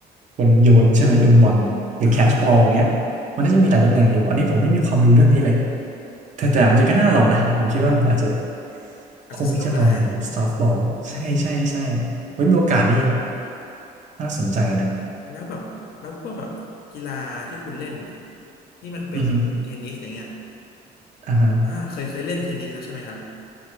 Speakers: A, on the right; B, on the left.
A: คนโยนใช่ไหมโยนบอลหรือแคชบอลอย่างเงี้ยมันก็จะมีหลายตำแหน่งอยู่อันนี้ผมไม่มีความรู้เรื่องนี้เลย
B: อ่า
A: แต่แต่จริงๆก็น่าลองนะผมคิดว่ามันอาจจะ
B: อาจจะสนุกก็ได้
A: คงที่จะลองอยู่ซอฟต์บอลใช่ใช่ใช่
B: อ่า
A: เฮ้ยมีโอกาสนี่น่าสนใจนะ
B: แล้วแบบแล้วพวกแบบกีฬาที่คุณเล่นเนี่ยที่มันเป็นเทนนิสอย่างเงี้ย
A: อือฮึอ่าฮะ
B: อ่าเคยเคยเล่นเทนนิสแล้วใช่ไหมครับ